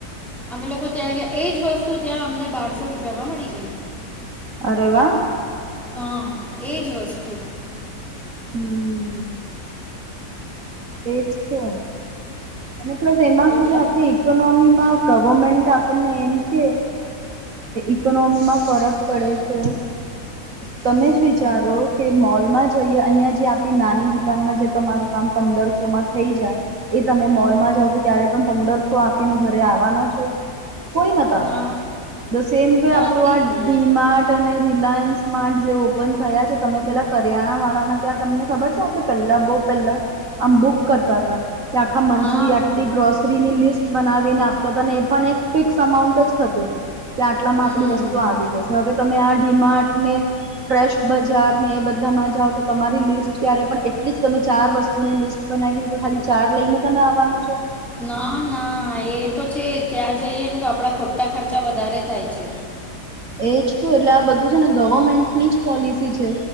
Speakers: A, in the centre; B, on the right.
A: અમે લોકો ત્યાં ગયા એજ વસ્તુ ત્યાં અમને બારસો રૂપિયા માં મળી ગઈ.
B: અરે વાહ.
A: હા એજ વસ્તુ.
B: હમ. એજ તો અને પ્લસ એમાં
A: એટલા
B: શું છે આપડી ઇકોનોમી માં ગવર્મેન્ટ આપણને એમ કે ઇકોનોમી માં ફરક પડે છે તમે જ વિચારો. કે મોલમાં જઈએ અહિયા જે આપણી નાની દુકાનમાં જે તમારું કામ પંદરસોમાં થઈ જાય. એ તમે મોલ માં જાવ તો કયારે પણ પંદરસો આપીને ઘરે આવવાના છો. કોઈ નથ આવવાનું
A: ના
B: તો સેમ
A: નથી.
B: આપણું આ ડીમાટ. અને રિલાયન્સ માર્ટ જે ઓપન થયા છે તમે પેલા કરિયાણા વાળાના ત્યાં તમને ખબર છે આપણે. પેલ્લા બહુ પેલ્લા આમ બુક કરતા હતા આખા મંથલી
A: હા,
B: આટલી ગ્રોસરીની લિસ્ટ. બનાવીને આપતા હતા એ પણ એક ફિક્સ અમાઉન્ટ જ થતું હતું કે આટલામાં
A: હમ્મ.
B: આપડી વસ્તુ આવી જશે. હવે તમે આ ડીમાટને. ફ્રેશ બજાર ને એ બધામાં જાઓ તો તમારી લિસ્ટ ક્યારે પણ એટલી જ તમે ચાર વસ્તુ. લિસ્ટ બનાવી છે તો ખાલી ચાર લઈને તમે આવવાનો છો.
A: ના ના એ તો છે જ ત્યાં જઈએ ને તો આપડા ખોટા ખર્ચા વધારે થાય છે.
B: એજ તું એટલે આ બધું છે ને ગવર્મેન્ટની જ પોલિસી છે.